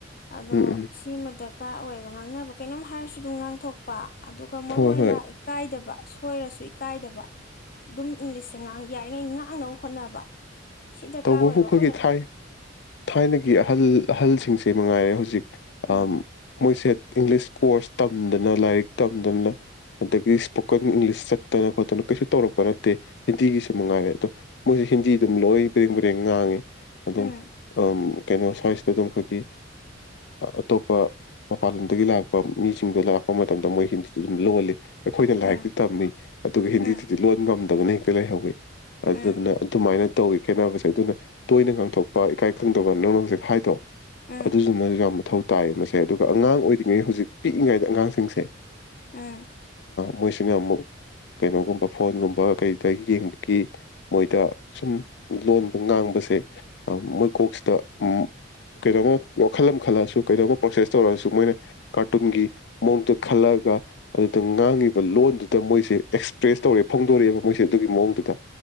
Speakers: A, on the left (about 50°); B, on the left (about 60°).
A: ꯑꯗꯣ
B: ꯎꯝ ꯎꯝ
A: ꯁꯤꯃ ꯗꯔꯀꯥꯔ ꯑꯣꯏꯕ ꯉꯥꯡꯅꯕ ꯀꯩꯅꯣꯝ ꯍꯥꯏꯔꯁꯨ ꯑꯗꯨꯝ ꯉꯥꯡꯊꯣꯛꯄ ꯑꯗꯨꯒ ꯃꯔꯨꯅ
B: ꯍꯣꯏ
A: ꯑꫭꯏꯅ
B: ꯍꯣꯏ
A: ꯏꯀꯥꯏꯗꯕ ꯁꯣꯏꯔꯁꯨ ꯏꯀꯥꯏꯗꯕ ꯑꯗꯨꯝ ꯏꯪꯂꯤꯁꯁꯦ ꯉꯥꯡ ꯌꯥꯔꯤꯉꯩ ꯉꯥꯡꯅꯕ ꯍꯣꯠꯅꯕ ꯁꯤ ꯗꯔꯀꯥꯔ
B: ꯇꯧꯕꯕꯨ
A: ꯑꯣꯏꯌꯦꯕ
B: ꯑꯩꯈꯣꯏꯒꯤ
A: ꯑꯩꯈꯣꯏꯅ
B: ꯊꯥꯏ ꯊꯥꯏꯅꯒꯤ ꯑꯍꯜ ꯑꯍꯜꯁꯤꯡꯁꯦ ꯃꯉꯥꯏꯔꯦ ꯍꯧꯖꯤꯛ
A: ꯎꯝ
B: ꯑ ꯃꯣꯏꯁꯦꯠ ꯏꯪꯂꯤꯁ ꯀꯣꯔꯁ ꯇꯝꯗꯅ ꯂꯥꯏꯔꯤꯛ ꯇꯝꯗꯅ ꯑꯗꯒꯤ ꯏꯁꯄꯣꯀꯟ ꯏꯪꯂꯤꯁ ꯆꯠꯇꯅ ꯈꯣꯠꯇꯅ ꯀꯩꯁꯨ ꯇꯧꯔꯛꯄ ꯅꯠꯇꯦ ꯍꯤꯟꯗꯤꯒꯤꯁꯨ ꯃꯉꯥꯏꯔꯦ ꯑꯗꯣ ꯃꯣꯏꯁꯦ ꯍꯤꯟꯗꯤ ꯑꯗꯨꯝ ꯂꯣꯏ ꯕꯔꯦꯡ ꯕꯔꯦꯡ ꯉꯥꯡꯉꯤ ꯑꯗꯨꯝ
A: ꯎꯝ
B: ꯀꯩꯅꯣꯁꯦ ꯁ꯭ꯋꯥꯏꯁꯤꯗ ꯑꯗꯨꯝ ꯑꯩꯈꯣꯏꯒꯤ ꯑꯇꯣꯞꯄ ꯃꯄꯥꯟ ꯂꯝꯗꯒꯤ ꯂꯥꯛꯄ ꯃꯤꯁꯤꯡꯗꯣ ꯂꯥꯛꯄ ꯃꯇꯝꯗ ꯃꯣꯏ ꯍꯤꯟꯗꯤꯗꯨ ꯑꯗꯨꯝ ꯂꯣꯜꯂꯤ ꯑꯩꯈꯣꯏꯅ ꯂꯥꯏꯔꯤꯛꯇꯤ
A: ꯎꯝ
B: ꯇꯝꯃꯤ ꯑꯗꯨꯒ ꯍꯤꯟꯗꯤꯗꯨꯗꯤ
A: ꯎꯝ
B: ꯂꯣꯟ ꯉꯝꯅꯤ ꯇꯧꯅꯤ ꯍꯦꯛꯇ ꯂꯩꯍꯧꯋꯤ ꯑꯗꯨꯗꯨꯅ
A: ꯎꯝ
B: ꯑꯗꯨꯃꯥꯏꯅ ꯇꯧꯋꯥ ꯈꯦꯠꯅꯕꯁꯦ ꯑꯗꯨꯅ ꯇꯣꯏꯅ ꯉꯪꯊꯣꯛꯄ ꯏꯀꯥꯏ ꯈꯪꯗꯕ ꯅꯪꯅ ꯍꯧꯖꯤꯛ ꯍꯥꯏꯗꯣ
A: ꯎꯝ
B: ꯑꯗꯨꯁꯨꯃꯁꯨ ꯌꯥꯝ ꯃꯊꯧ ꯇꯥꯏ ꯃꯁꯦ ꯑꯗꯨꯒ ꯑꯉꯥꯡ ꯑꯣꯏꯔꯤꯉꯩ ꯍꯧꯖꯤꯛ ꯄꯤꯛꯏꯉꯩꯗ ꯑꯉꯥꯡꯁꯤꯡꯁꯦ
A: ꯎꯝ
B: ꯃꯣꯏꯁꯤꯅ ꯑꯃꯨꯛ ꯀꯩꯅꯣꯒꯨꯝꯕ ꯐꯣꯟꯒꯨꯝꯕ ꯀꯩꯗ ꯌꯦꯡꯕꯒꯤ ꯃꯣꯏꯗ ꯁꯨꯝ ꯂꯣꯟꯕ ꯉꯥꯡꯕꯁꯦ ꯃꯣꯏ ꯀꯣꯛꯁꯤꯗ ꯀꯩꯅꯣꯝꯃ ꯋꯥꯈꯜ ꯑꯃ ꯈꯜꯂꯛꯑꯁꯨ ꯀꯩꯗꯣꯝꯃ ꯄ꯭ꯔꯣꯁꯦꯁ ꯇꯧꯔꯛꯑꯁꯨ ꯃꯣꯏꯅ ꯀꯥꯔꯇꯨꯟꯒꯤ ꯃꯑꯣꯡꯗꯨ ꯈꯜꯂꯛꯑꯒ ꯑꯗꯨꯗ ꯉꯥꯡꯉꯤꯕ ꯂꯣꯟꯗꯨꯗ ꯃꯣꯏꯁꯦ ꯑꯦꯛꯁꯄ꯭ꯔꯦꯁ ꯇꯧꯔꯦ ꯐꯣꯡꯗꯣꯔꯛꯑꯦꯕ ꯃꯣꯏꯁꯦ ꯑꯗꯨꯒꯤ ꯃꯑꯣꯡꯗꯨꯗ